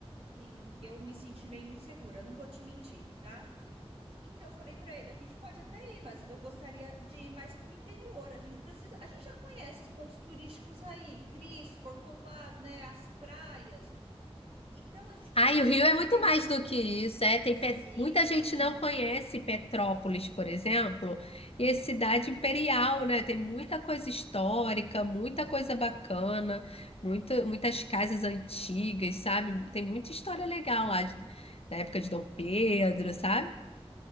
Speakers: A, on the right (about 65°); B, on the left (about 70°).
A: assim, eu me senti meio insegura, não vou te mentir, tá? Então, eu falei para ele, a gente pode até ir, mas eu gostaria de ir mais para o interior. A gente não precisa, a gente já conhece os pontos turísticos aí, Cris, Corcovado, né, as praias. Então, a gente poderia
B: Ah, e o Rio
A: ir para
B: é
A: o interior.
B: muito mais do que isso, é, tem
A: Sim!
B: pet- muita gente não conhece Petrópolis, por exemplo, e é cidade imperial, né? Tem muita coisa histórica, muita coisa bacana, muito, muitas casas antigas, sabe? Tem muita história legal lá de- da época de Dom Pedro, sabe?